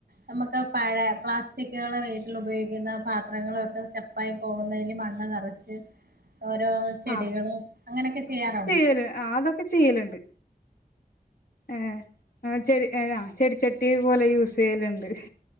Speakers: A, on the right (about 80°); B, on the left (about 70°).
A: നമ്മുക്ക് പഴ പ്ലാസ് ചിക്കുകൾ വീട്ടിൽ ഉപയോഗിക്കുന്ന പാത്രങ്ങളൊക്കെ ചപ്പായി പോകുന്നതിൽ മണ്ണ് നിറച്ച് ഓരോ ചെടികളും
B: ആ
A: അങ്ങനെയൊക്കെ ചെയ്യാറുള്ളൂ
B: <unintelligible> അതൊക്കെ ഒക്കെ ചെയ്യലുണ്ട്. ഏ് ചെ ചെടിച്ചട്ടി പോലെ യൂസ് ചെയ്യലുണ്ട്